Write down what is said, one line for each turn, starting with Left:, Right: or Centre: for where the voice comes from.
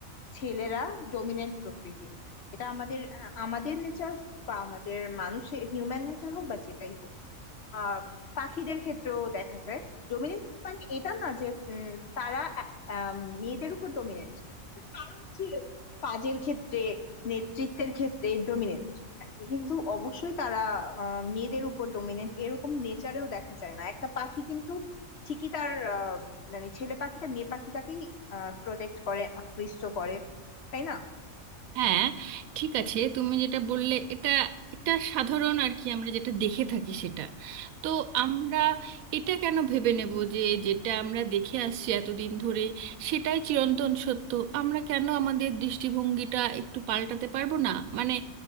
Left: ছেলেরা ডমিনেন্ট প্রকৃতির এটা আমাদের আমাদের নেচার হোক বা আমাদের মানুষের হিউম্যান নেচার হোক বা যেটাই হোক আহ পাখিদের ক্ষেত্রেও দেখা যায় ডমিনেন্ট মানে এটা না যে উম, তারা আ- আম, মেয়েদের উপর ডমিনেন্ট তারা হচ্ছে কাজের ক্ষেত্রে নেতৃত্বের ক্ষেত্রে ডমিনেন্ট কিন্তু অবশ্যই তারা আহ, মেয়েদের উপর ডমিনেন্ট এরকম নেচারেও দেখা যায় না একটা পাখি কিন্তু ঠিকই তার আহ, মানে ছেলে পাখিটা মেয়ে পাখিটাকেই প্রোটেক্ট করে আকৃষ্ট করে তাই না
Right: হ্যাঁ ঠিক আছে তুমি যেটা বললে এটা এটা সাধারণ আর কি আমরা যেটা দেখে থাকি সেটা তো আমরা এটা কেন ভেবে নেব যে যেটা আমরা দেখে আসছি এতদিন ধরে সেটাই চিরন্তন সত্য আমরা কেন আমাদের দৃষ্টিভঙ্গিটা একটু পাল্টাতে পারবো না মানে